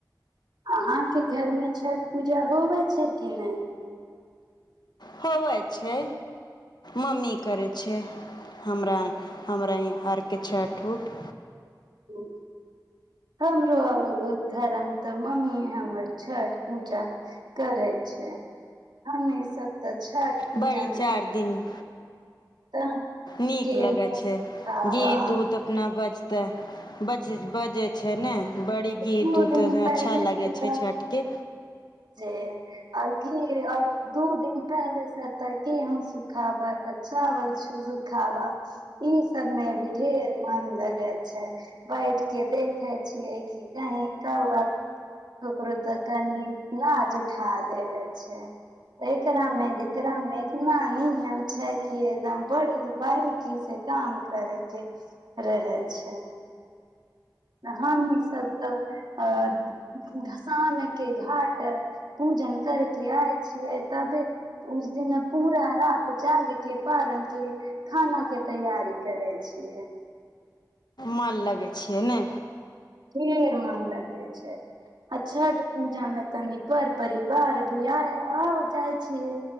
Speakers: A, on the right; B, on the left.
A: अहाँके घरमे छठ पूजा होवै छै के नहि
B: होवइ छै मम्मी करै छै हमरा हमरा आरके छठ उूठ
A: हं हमरो धरम तऽ मम्मी हमर छठ पूजा करै छै हममे सब तऽ छठ पूजामे
B: बड़ी चार दिन
A: तऽ
B: नीक
A: गेहूँ
B: लगै छै
A: खावा,
B: गीत उत अपना बजते बज बजै छै ने बड़ी गीत
A: दू
B: उत
A: दिन
B: अच्छा
A: पहिले से
B: लागै छै
A: तऽ
B: छठके
A: जे आ घी दू दिन पहिले से तऽ गेहूँ सुखाबा तऽ चावल सुखाबा ई सबमें भी ढेर मन लगै छै बैठ के देखे छियै कि कहीं कौ ककरो तऽ कनि नाज उठा देवे छै एकरा मे जेरा मे इतना नियम छै कि एकदम बड़ी बारीकी से काम करे के रहे छै हमी सब तऽ अ शाम के घाट तऽ पूजन करके आय छियै तबे उस दिन पूरा रात जाग के पारण के खाना के तैयारी करै छियै
B: माल लगै छियै ने
A: फेर मन लगै छै आ छठ पूजा मे तनि पर परिवार भी आ आ जाइ छियै